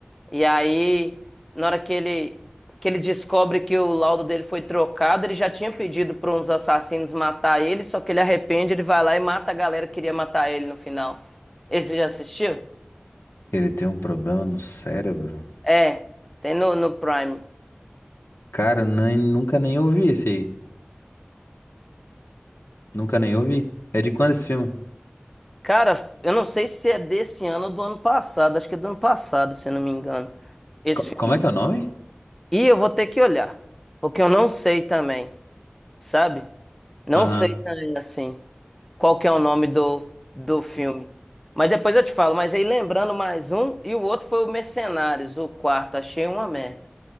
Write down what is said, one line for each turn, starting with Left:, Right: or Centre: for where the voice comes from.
Centre: e aí na hora que ele, que ele descobre que o laudo dele foi trocado, ele já tinha pedido para uns assassinos matar ele, só que ele arrepende, ele vai lá e mata a galera que queria matar ele no final. Esse já assistiu?
Left: Ele tem um problema no cérebro?
Centre: É, tem no, no Prime.
Left: Cara, nem, nunca nem ouvi esse aí. Nunca nem ouvi. É de quando esse filme?
Centre: Cara, eu não sei se é desse ano ou do ano passado, acho que é do ano passado, se eu não me engano, esse
Left: Co-
Centre: filme.
Left: como é que é o nome?
Centre: E eu vou ter que olhar, porque eu não sei também, sabe? Não
Left: Aham.
Centre: sei também, assim, qual que é o nome do, do filme. Mas depois eu te falo, mas aí lembrando mais um, e o outro foi o Mercenários, o quarto, achei uma merda,